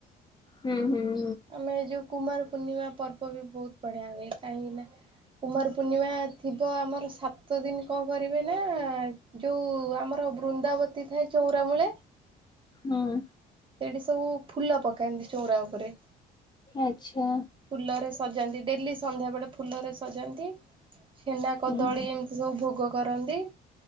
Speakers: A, on the left; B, on the right.
A: ହୁଁ ହୁଁ।
B: ଆମେ ଏ ଯୋଉ କୁମାର ପୂର୍ଣ୍ଣିମା ପର୍ବ ବି ବହୁତ ବଢିଆ ହୁଏ କାହିଁକିନା କୁମାର ପୂର୍ଣ୍ଣିମା ଥିବ ଆମର ସାତ ଦିନ କଣ କରିବେ ନା-ଆ-ଆ ଯୋଉ ଆମର ବୃନ୍ଦାବତୀ ଥାଏ ଚଉରା ମୂଳେ
A: ହଁ।
B: ସେଇଠି ସବୁ ଫୁଲ ପକାନ୍ତି ଚଉରା ଉପରେ
A: ଆଛା।
B: ଫୁଲରେ ସଜାନ୍ତି ଡେଲି ସଧ୍ୟା ବେଳେ ଫୁଲରେ ସଜାନ୍ତି ଛେନା
A: ହୁଁ
B: କଦଳୀ ଏମତି ସବୁ ଭୋଗ କରନ୍ତି